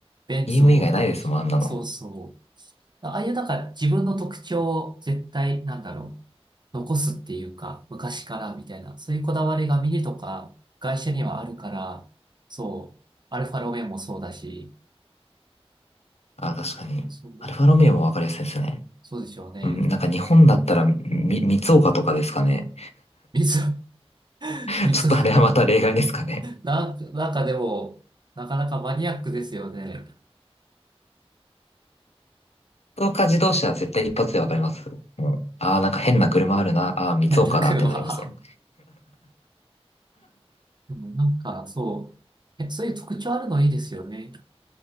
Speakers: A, on the right; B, on the left.
A: ベンツもわかるし、
B: う、BMW 以外ないですもん、あんなの。
A: そうそう。ああいうなんか自分の特徴を絶対、なんだろう、残すっていうか、昔からみたいな、そういうこだわりがミニとか会社にはあるから、そう、アルファロメオもそうだし、
B: あ、確かに。
A: そう、
B: アルファロメオもわかりやすいですね。
A: そうでしょうね。
B: うん、なんか日本だったら、み、三岡とかですかね。
A: 水、水
B: <laughs> ちょっとあれはまた例外ですかね。
A: なんか、なんかでも、なかなかマニアックですよね。
B: 三岡自動車は絶対一発でわかります。もう、ああ、なんか変な車あるな。ああ、三岡だってなりますもん。
A: 変な車。でもなんか、そう、え、そういう特徴あるのいいですよね。